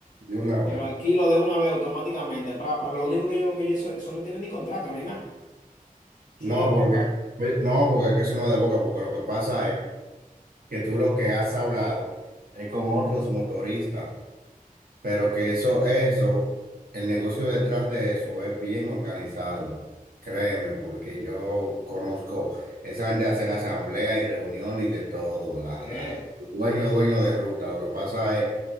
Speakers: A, on the right; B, on the left.
A: De una
B: Te
A: vez.
B: lo alquilo de una vez automáticamente. Para, para lo único que yo veo que yo eso, eso no tiene ni contrato ni nada. Eso
A: No,
B: es de boca.
A: porque, oye, no, porque es que eso no es de boca, porque lo que pasa es que tú lo que has hablado es con otros motoristas. Pero que eso, eso, el negocio detrás de eso es bien organizado, créeme, porque yo conozco, esa gente hacen asambleas y reuniones y de todo, la,
B: ¿Qué?
A: la, dueño, dueño de ruta, lo que pasa es